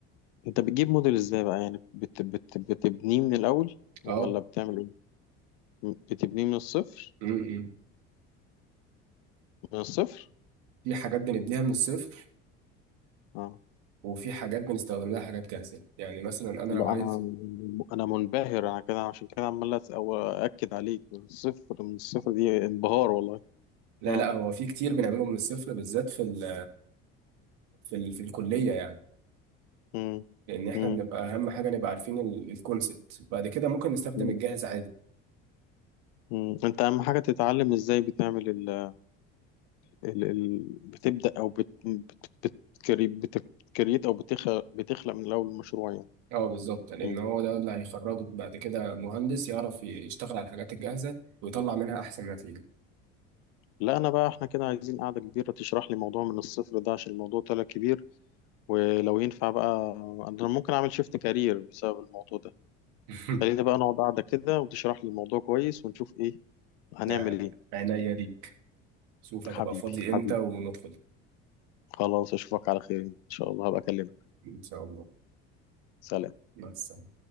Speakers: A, on the left; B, on the right.
A: انت بتجيب موديل ازاي بقى يعني بت بت بتبنيه من الاول ولا
B: اه
A: بتعمل ايه م- بتبنيه من الصفر
B: م- م.
A: من الصفر
B: في حاجات بنبنيها من الصفر
A: اه
B: وفي حاجات بنستخدم لها حاجات جاهزة يعني مثلا أنا
A: لا
B: لو عايز
A: انا انا منبهر انا كده عشان كده عمال أس- أو اكد عليك من الصفر من الصفر دي انبهار والله
B: لا
A: اه
B: لا هو في كتير بنعمله من الصفر بالذات في ال... في ال... في الكلية يعني
A: مم.
B: لان احنا
A: مم.
B: بنبقى اهم حاجه نبقى عارفين الكونسبت بعد كده ممكن نستخدم
A: مم.
B: الجاهز عادي
A: مم. انت اهم حاجه تتعلم ازاي بتعمل ال ال ال بتبدا او بت بت بتكري بت- بتكريت او بتخلق بتخلق من الاول المشروع يعني
B: اه بالظبط لان
A: مم.
B: هو ده اللي هيخرجك بعد كده مهندس يعرف يشتغل على الحاجات الجاهزه ويطلع منها احسن نتيجه
A: لا انا بقى احنا كده عايزين قاعده كبيره تشرح لي موضوع من الصفر ده عشان الموضوع طلع كبير ولو ينفع بقى انا ممكن اعمل شيفت كارير بسبب الموضوع ده
B: <laughs>
A: خلينا بقى نقعد قاعده كده وتشرح لي الموضوع كويس ونشوف ايه هنعمل
B: ده
A: ايه
B: عينيا ليك شوف هتبقى
A: حبيبي
B: فاضي امتى
A: حبيبي
B: وندخل
A: خلاص اشوفك على خير ان شاء الله هبقى اكلمك
B: ان شاء الله
A: سلام
B: مع السلامه